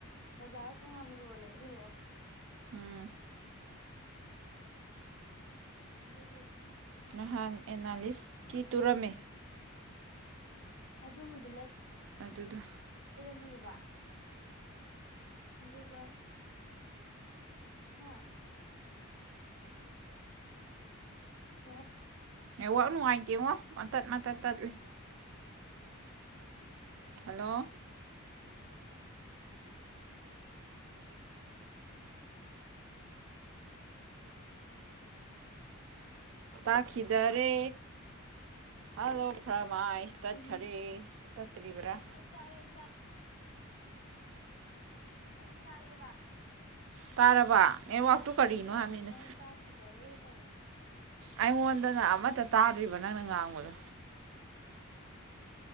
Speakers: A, on the left; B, on the right.
A: ꯕꯖꯥꯔꯗ ꯇꯣꯡꯉꯥꯟꯅ ꯌꯣꯜꯂꯦꯕ ꯑꯗꯨꯗꯣ <inaudible>
B: ꯎꯝ
A: ꯑꯗꯨꯒꯤ
B: ꯅꯍꯥꯟ ꯑꯦꯅꯥꯂꯤꯁꯀꯤꯤ ꯇꯨꯔꯝꯃꯤ
A: ꯑꯗꯨꯝꯕꯗꯨ ꯂꯩ
B: ꯑꯗꯨꯗ
A: ꯂꯩꯔꯅꯤꯕ ꯑꯗꯨꯒ ꯍꯥꯥ ꯑ
B: ꯑꯦ ꯋꯥꯋꯥꯛ ꯅꯨꯡꯉꯥꯏꯇꯦꯉꯣ ꯃꯇꯠ ꯃꯇꯠ ꯇꯠꯂꯤ ꯍꯜꯂꯣ ꯇꯥꯈꯤꯗꯔꯦ ꯍꯂꯣ ꯐ꯭ꯔ ꯃꯥꯥꯏꯁ ꯇꯠꯈꯔꯦ
A: ꯎꯝ
B: ꯇꯠꯇ꯭ꯔꯤꯕ꯭ꯔꯥ
A: ꯑꯩ ꯇꯥꯏꯌꯦ ꯑꯩ ꯇꯥꯏ ꯑꯩꯗꯤ ꯇꯥꯏꯌꯦꯕ
B: ꯇꯥꯔꯕ ꯅꯦꯠꯋꯥꯛꯇꯨ
A: ꯇꯥꯏꯌꯦ
B: ꯀꯔꯤꯅꯣ
A: ꯩꯗꯅꯁꯔꯦ
B: ꯍꯥꯏꯕꯅꯤꯅ
A: ꯅꯪ ꯇ ꯍꯥꯀꯔꯦ ꯇ
B: ꯑꯩꯉꯣꯟꯗꯅ ꯑꯃꯠꯇ ꯇꯥꯗ꯭ꯔꯤꯕ ꯅꯪꯅ ꯉꯥꯡꯕꯗꯣ